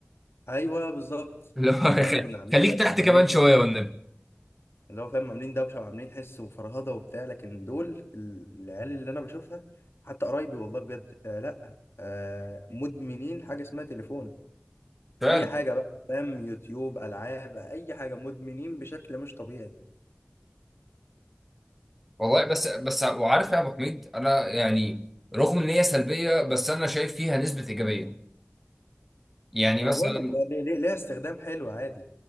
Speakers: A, on the left; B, in the centre.
A: ايوه بالظبط
B: اللي هو
A: فاهم
B: <laughs> خ-
A: كنا عاملين
B: خليك
A: دوشه
B: تحت
A: عاملين
B: كمان شويه
A: حس
B: والنبي
A: اللي هو فاهم عاملين دوشه وعاملين حس وفرهده وبتاع لكن دول ال- العيال اللي انا بشوفها حتى قرايبي والله بجد آه لا آه مدمنين حاجه اسمها تليفون
B: فعلا
A: اي حاجه بقى فاهم يوتيوب العاب اي حاجه مدمنين بشكل مش طبيعي
B: والله بس بس وعارف يا ابو حميد انا يعني رغم ان هي سلبيه بس انا شايف فيها نسبه ايجابيه يعني
A: ما
B: مثلا
A: انا بقول لك آه، ليه ليه ليها استخدام حلو عادي